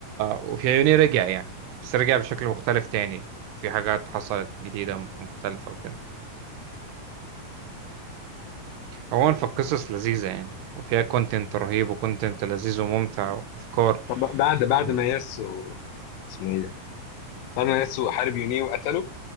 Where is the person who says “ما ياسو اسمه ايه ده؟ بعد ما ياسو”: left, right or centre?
Left